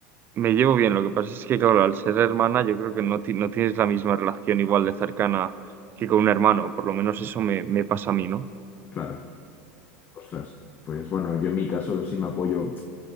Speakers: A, on the right; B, on the left.
A: Me llevo bien, lo que pasa es que, claro, al ser hermana, yo creo que no, ti- no tienes la misma relación igual de cercana que con un hermano, por lo menos eso me, me pasa a mí, ¿no?
B: Claro, ostras. Pues bueno, yo en mi caso sí me apoyo.